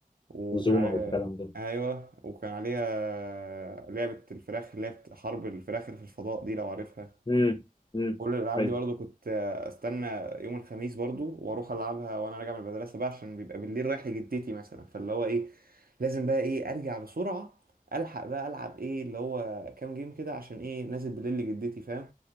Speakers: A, on the right; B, on the left.
A: وكان
B: وزوما
A: عليها
B: والكلام ده
A: أيوة وكان عليها لعبة الفراخ اللي هي بت- حرب الفراخ اللي في الفضاء دي لو عارفها
B: امم امم
A: كل الالعاب
B: ايوه
A: دي برضو كنت آه، استنى يوم الخميس برضو واروح العبها وانا راجع من المدرسه بقى عشان بيبقى بالليل رايح لجدتي مثلا فاللي هو ايه لازم بقى ايه ارجع بسرعه الحق بقى العب ايه اللي هو كام جيم كده عشان ايه نازل بالليل لجدتي فاهم